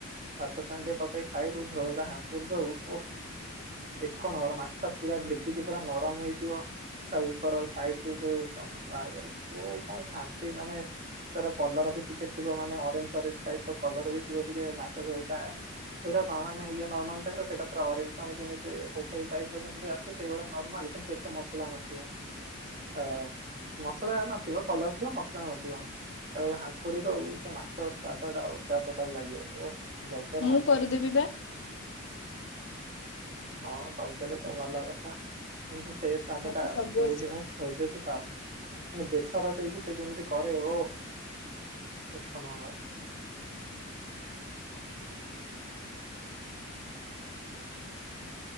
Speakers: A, on the right; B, on the left.
A: ହାତ ସାଣ୍ଡେ ପକେଇ ଖାଇବୁ ଝୋଳଡା ହାପୁର ଦବୁ ଓ ଏକ ନମ୍ବର ମାଛ ଟା ପୁରା ଭେଦିକି ପୁରା ନରମ ହେଇଥିବ ତା ଉପର ସାଇଡୋଉ <unintelligible> କରି ଶାନ୍ତି ମାନେ ତାର କଲର ବି ଟିକେ ଥିବ ମାନେ ଅରେଞ୍ଜ ଅରେଞ୍ଜ ଟାଇପ ର କଲର ବି ଥିବ ଟିକେ ମାଛ ଝୋଳ ଟା ସେଗୁଟାଣ ମାନ ଇଏ ନର୍ମାଲ ଟାଇପର ସେଇଟାା ଅ୍ତି ହୋଟେଲ ଟାଇପ ରମତି ଆସ ସେଇଭଳିଆ ନର୍ମାଲ କିନ୍ତ କେତେ ମସଲା ନଥିବ। ହ ମସଲା ନଥିବ କଲର ଥିବ ମସଲା ନଥିବ। ତା ହାପୁଡ଼ିବ ଆଉ ସେ ମାଛ ସ୍ଵାଦ ଟା ଅଲଗା ପ୍ରକାର ଲାଗିବ ଓଃ। ଗବର
B: ମୁଁ
A: ମାଛଟା।
B: କରିଦେବି ବା
A: ହଁ କହିଦେଲେ ତ ଭଲ କଥା ମଣି ସେ ସ୍ବଦ
B: ମତେ
A: ଟା
B: ସବୁ
A: କୋଉଠି
B: ଆସେ
A: ମୁଁ ଖୋଜୁଛି ପାଉନି। ବେସର ଦେଇକି ସେ ଯେମିତି କରେ ଓ ଏକ ନମ୍ବର।